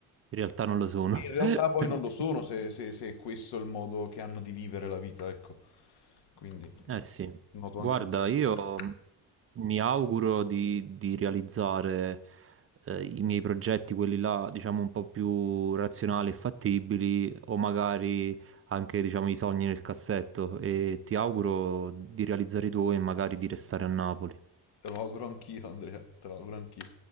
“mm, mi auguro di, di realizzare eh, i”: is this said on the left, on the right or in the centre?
Right